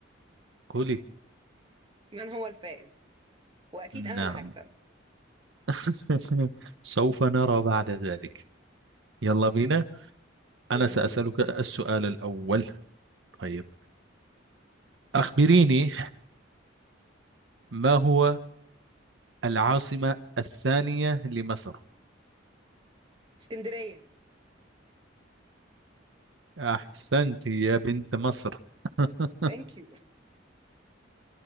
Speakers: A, on the right; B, on the right.
A: قولي
B: من هو الفائز واكيد انا
A: نعم
B: اللي هكسب
A: <laughs> سوف نرى بعد ذلك يلا بينا أنا
B: يلا
A: سأسألك
B: بينا
A: السؤال الأول طيب أخبريني ما هو العاصمة الثانية لمصر؟
B: اسكندرية
A: أحسنت يا بنت مصر <laughs>
B: ثانك يو